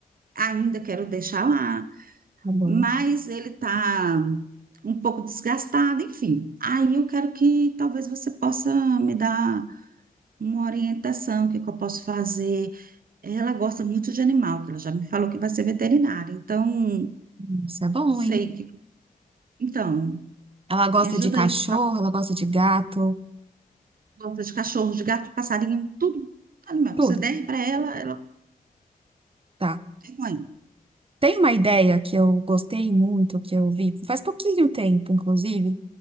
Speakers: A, on the right; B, on the right.
A: ainda quero deixar lá.
B: Tá bom.
A: mas ele está um pouco desgastado, enfim. Aí eu quero que talvez você possa me dar uma orientação, o que que eu posso fazer. Ela gosta muito de animal, que ela já me falou que vai ser veterinária, então
B: Hum, Isso é bom,
A: sei
B: hein?
A: que. Então,
B: Ela gosta
A: me ajuda
B: de cachorro,
A: aí, por favor.
B: ela gosta de gato,
A: Gosta de cachorro, de gato, de passarinho, tudo. Animal
B: tudo,
A: que você der para ela, ela
B: tá.
A: é com ele.
B: Tem uma ideia que eu gostei muito, que eu vi faz pouquinho tempo, inclusive,